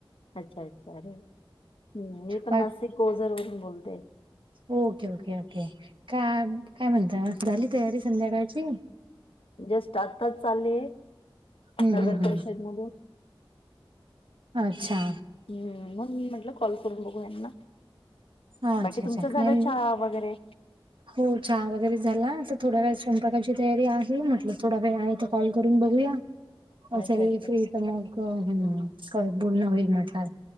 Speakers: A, on the left; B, on the right.
A: अच्छा- अच्छा. अरे, हम्. मी पण
B: बाकी
A: नासिक ओझर वरुन बोलते.
B: Okay, okay, okay. काय- काय म्हणता मग? झाली तयारी संध्याकाळची.
A: जस्ट आताच चालेय,
B: हम्म
A: नगर
B: हम्म हम्म.
A: परिषद मधून.
B: अच्छा.
A: हम्म. म्हण म्हटलं कॉल करून बघू यांना.
B: अच्छा
A: बाकी तुमचं
B: अच्छा.
A: झालं,
B: नाही
A: चहा वगैरे.
B: हो चहा वगैरे झाला. तर थोड्या वेळात स्वयंपाकाची तयारी. आहे म्हटलं थोडा वेळ आहे. कॉल करून बघूया. असेल
A: अच्छा अच्छा
B: फ्री तर, मग हम्. क बोलणं होईल म्हटलं.